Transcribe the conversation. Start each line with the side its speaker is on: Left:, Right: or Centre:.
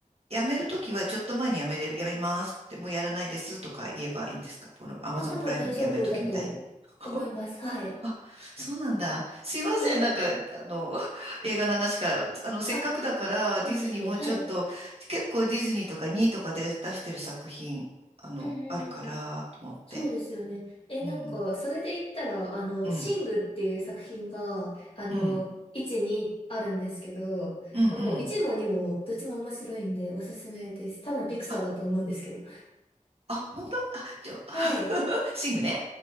Right: 辞めるときはちょっと前に辞めれ、辞めますって、もうやらないですとか言えばいいんですかこの Amazon
Left: まあ多分大丈夫だと思います。
Right: プライム辞めるときみたいに。<laughs>
Left: はい。
Right: あ、そうなんだ。すいません。
Left: はい。
Right: なんか、あの、<laughs> 映画の話から、あの、せっかくだから、
Left: あ、いえいえ。
Right: ディズニーもうちょっと、
Left: はい。
Right: 結構ディズニーとかにいとかで出してる作品、あの、
Left: うんうんうん。
Right: あるから、と思って。
Left: そうですよね。え、
Right: うん、
Left: なんか、それで言ったら、あの、
Right: うん、
Left: シングっていう作品が、あの、
Right: うん、
Left: 1、2あるんですけど、
Right: うん、
Left: あもう1も2もどっちも面白いんでおすすめです。
Right: うん。
Left: 多分ピクサーだと思うんですけど。
Right: あ、あ、本当あ、ちょ、<laughs>
Left: はい。
Right: シングね。